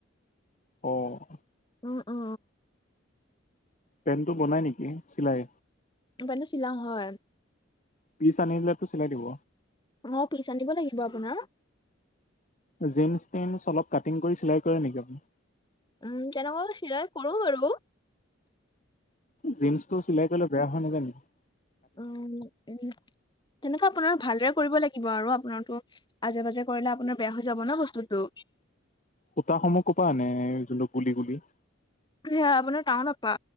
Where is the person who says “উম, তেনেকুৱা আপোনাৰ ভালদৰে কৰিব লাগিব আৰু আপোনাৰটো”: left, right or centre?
Left